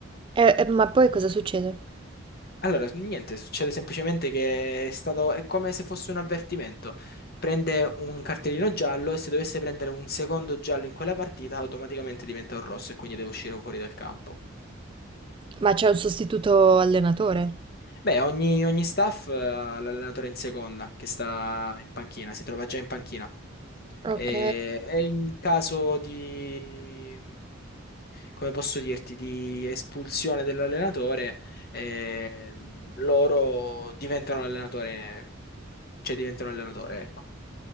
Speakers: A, on the right; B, on the left.
A: E- e- ma poi cosa succede?
B: Allora, niente, succede semplicemente che è stato, è come se fosse un avvertimento. Prende un cartellino giallo e se dovesse prendere un secondo giallo in quella partita, automaticamente diventa un rosso e quindi deve uscire fuori dal campo.
A: Ma c'è un sostituto allenatore?
B: Beh, ogni, ogni staff ha l'allenatore in seconda, che sta in panchina, si trova già in panchina.
A: Ok,
B: E, e in caso di, come posso dirti, di espulsione dell'allenatore, ehm, loro diventano l'allenatore, cioè diventano l'allenatore, ecco.